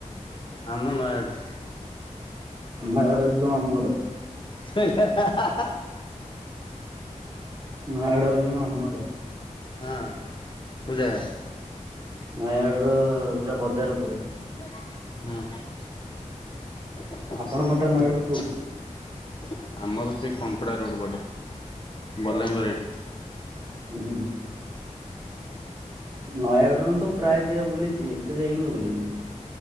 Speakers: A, on the left; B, on the right.
A: ହାଁ ମୁଁ ନୟାଗଡ
B: ନୟାଗଡ଼ରେ ତୋର ମାମୁଁ ଘର।
A: ହେଁ ହେଁ ହାଁ ହାଁ
B: ନୟାଗଡ ହେଉଛି ମୋ ମାମୁଁ ଘର।
A: ହଁ କୋଉଁ ଜାଗା?
B: ନୟାଗଡ଼ର ପୁରା ବଜାର ଉପରେ।
A: ହଁ।
B: ଆପଣଙ୍କ ଘରଟା ନୟାଗଡ଼ର କୋଉଠି?
A: ଆମର ସେଇ ଖଙ୍କପଡା ରୋଡ ପଟେ। ବଲାଙ୍ଗୀର
B: ଓ ହୋ।
A: ଏଠି
B: ହୁଁ ହୁଁ। ନୟାଗଡ଼ରେ ତ ମୁଁ ପ୍ରାୟ ଯାଗା ବୁଲିଛି ଏତେ ଯାଇ କିନ୍ତୁ ବୁଲିନି